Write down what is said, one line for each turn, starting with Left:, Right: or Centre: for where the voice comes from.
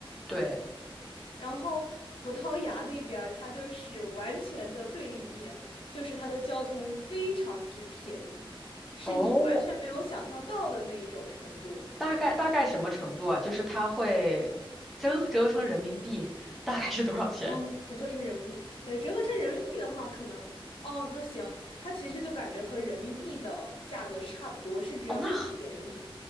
Centre: 对，
Left: 然后葡萄牙那边儿它就是完全的对立面，就是它的交通非常之便宜，是你完全没有想象到的那一种程度。
Centre: 哦，大概大概什么程度啊？就是它会折折成人民币大概是多少钱？
Left: 哦，折合成人民币，给折合成人民币的话，可能哦，那行，它其实就感觉和人民币的价格差不多，甚至要更便宜。
Centre: 哦，那